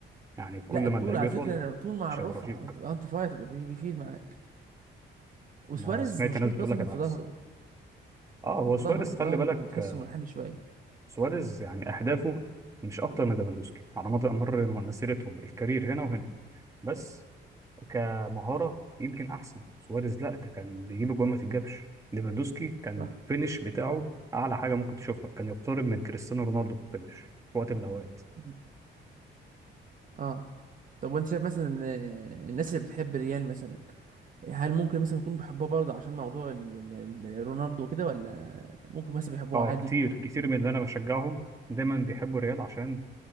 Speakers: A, on the right; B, on the right.
A: يعني كل
B: لا الطول
A: ما اللعيب
B: على
A: يطول
B: فكره الطول مع
A: مش
B: الرفع
A: هيبقى رشيق
B: انت بتبقى انت رفيع تبقى بي- بيفيد معاك وسواريز
A: انا سمعت
B: مشكلته
A: ناس بتقول
B: اصلا
A: لك
B: كانت
A: العكس
B: في ظهره
A: اه هو
B: في
A: سواريز
B: ظهره
A: خلي
B: ظهره
A: بالك
B: كان تحسه
A: آه،
B: منحني شويه
A: سواريز يعني اهدافه مش اكتر من ليفاندوسكي على مدى مر مسيرتهم الكارير هنا وهنا بس كمهاره يمكن احسن سواريز لا ده كان بيجيب جوان ما تتجابش ليفاندوسكي كان
B: صح
A: الفينش بتاعه اعلى حاجه ممكن تشوفها كان يقترب من كريستيانو رونالدو في الفينش في وقت من الاوقات
B: مم. اه طب وانت شايف مثلا ان الناس اللي بتحب الريال مثلا هل ممكن مثلا يكونوا بيحبوها برضه عشان موضوع ال- ال- ال- رونالدو وكده ولا ممكن مثلا بيحبوها
A: اه
B: عادي
A: كتير كتير من اللي انا بشجعهم دايما بيحبوا الريال عشان